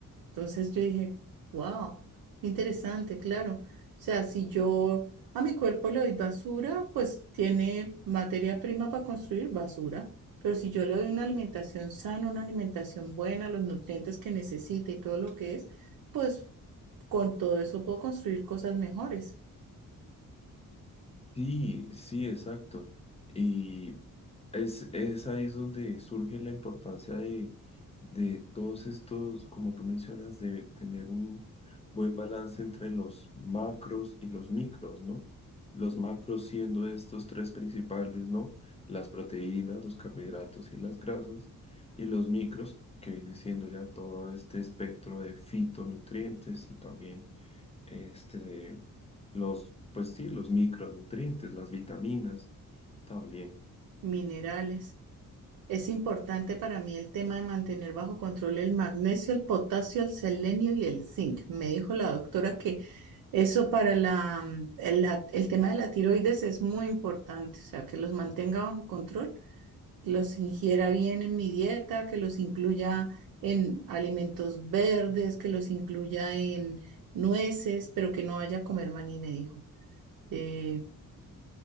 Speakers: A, on the right (about 70°); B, on the left (about 20°).
A: Entonces yo dije, wow, interesante, claro. O sea, si yo a mi cuerpo le doy basura, pues tiene materia prima para construir basura. Pero si yo le doy una alimentación sana, una alimentación buena, los nutrientes que necesita y todo lo que es, pues con todo eso puedo construir cosas mejores,
B: Sí, sí, exacto. Y es, es ahí es donde surge la importancia de, de todos estos, como tú mencionas, de tener un buen balance entre los macros y los micros, ¿no? Los macros siendo estos tres principales, ¿no? Las proteínas, los carbohidratos y las grasas, y los micros, que viene siendo ya todo este espectro de fitonutrientes y también este, los, pues sí, los micronutrientes, las vitaminas también.
A: minerales. Es importante para mí el tema de mantener bajo control el magnesio, el potasio, el selenio y el zinc. Me dijo la doctora que eso para la, mm, el, la- el tema de la tiroides es muy importante, o sea, que los mantenga bajo control, que los ingiera bien en mi dieta, que los incluya en alimentos verdes, que los incluya en nueces, pero que no vaya a comer maní, me dijo. Eh,